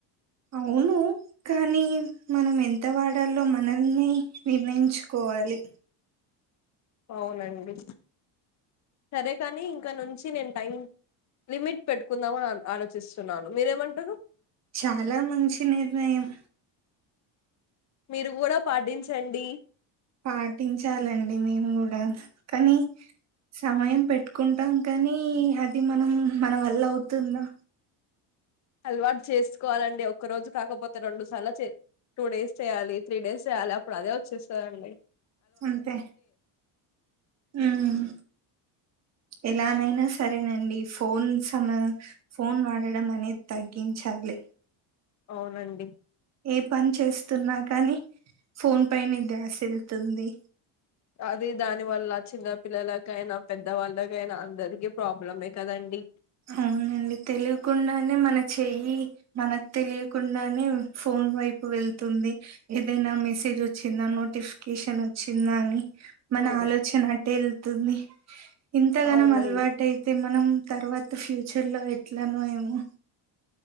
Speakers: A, on the right (about 35°); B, on the left (about 40°).
A: అవును కానీ మనం ఎంత వాడాలో మనల్ని నిర్ణయించుకోవాలి
B: అవునండి సరే కానీ ఇంకా నుంచి నేను టైం లిమిట్ పెట్టుకుందామని ఆలోచిస్తున్నాను మీరేమంటారు
A: చాలా మంచి నిర్ణయం
B: మీరు కూడా పాటించండి
A: పాటించాలండి మేము కూడా కానీ సమయం పెట్టుకుంటాం కానీ అది మనం మన వల్ల అవుతుందా
B: అలవాటు చేసుకోవాలండి ఒక్క రోజు కాకపోతే రెండు సార్ టూ డేస్ చేయాలి త్రీ డేస్ చేయాలి అప్పుడు అదే వచ్చేస్తుందండి
A: అంతే ఉమ్ ఎలానైనా సరేనండి ఫోన్ సమ ఫోన్ వాడడం అనేద్ తగ్గించాలి.
B: ఔనండి
A: ఏ పని చేస్తున్నా కానీ ఫోన్ పైనే ధ్యాస్ వెళ్తుంది
B: అది దాని వల్ల చిన్నపిల్లలకైనా పెద్దవాళ్ళకైనా అందరికీ ప్రాబ్లమే కదండి
A: అవునండి తెలియకుండానే మన చెయ్యి మనకు తెలియకుండానే ఫోన్ వైపు వెళ్తుంది ఏదైనా మెసేజ్ వచ్చిందా నోటిఫికేషన్ వచ్చిందా అని మన
B: ఉమ్,
A: ఆలోచనా ట వెళ్తుంది ఇంతగానం
B: అవునండి
A: అలవాట అయితే మనం తరువాత ఫ్యూచర్ లో ఎట్లాన ఏమో